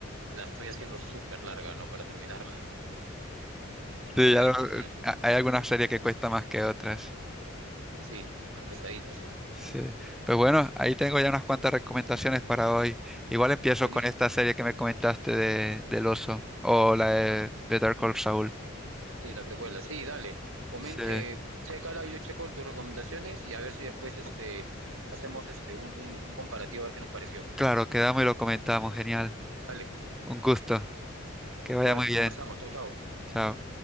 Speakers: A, on the right (about 85°); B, in the centre.
A: la estoy haciendo súper larga, ¿no? Para terminarla.
B: sí,
A: Sí,
B: ya lo-
A: sí, sí.
B: a- hay algunas series que cuesta más que otras.
A: Sí, más pesaditas son.
B: Sí. Pues bueno, ahí tengo ya unas cuantas recomendaciones para hoy. Igual empiezo
A: Buenísimo.
B: con esta serie que me comentaste de, del oso o la de Better Call Saul.
A: Sí, la precuela. Sí, dale. Comenta,
B: Sí,
A: eh, chécala, yo checo tus recomendaciones y a ver si después este hacemos este un, un, un comparativo a ver qué nos pareció, pues.
B: claro, quedamos y lo comentamos. Genial.
A: Dale.
B: Un gusto. Que vaya
A: Igual,
B: muy bien.
A: conversamos. Chau, chau.
B: Chao.